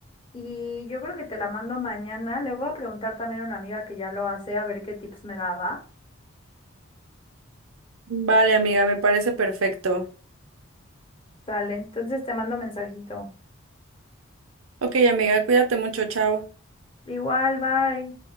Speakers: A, on the left (about 25°); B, on the right (about 85°).
A: Y yo creo que te la mando mañana. Le voy a preguntar también a una amiga que ya lo hace a ver qué tips me daba.
B: Vale, amiga, me parece perfecto.
A: Sale, entonces te mando mensajito.
B: Ok, amiga, cuídate mucho. Chao.
A: Igual, bye.